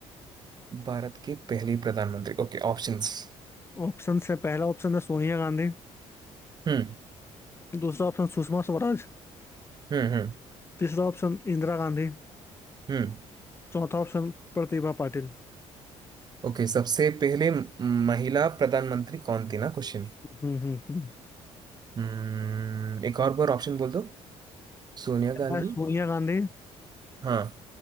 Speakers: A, on the right; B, on the left.
A: भारत के पहले प्रधानमंत्री ओके ऑप्शंस
B: ऑप्शन है पहला ऑप्शन है सोनिया गांधी
A: हम्म
B: दूसरा ऑप्शन सुषमा स्वराज
A: हम्म हम्म
B: तीसरा ऑप्शन इंदिरा गांधी
A: हम्म
B: चौथा ऑप्शन प्रतिभा पाटिल
A: ओके सबसे पहले म- महिला प्रधानमंत्री कौन थी ना क्वेश्चन
B: हम्म हम्म हम्म
A: हम्म एक और बार ऑप्शन बोल दो सोनिया
B: पहला
A: गांधी
B: है सोनिया गांधी
A: हाँ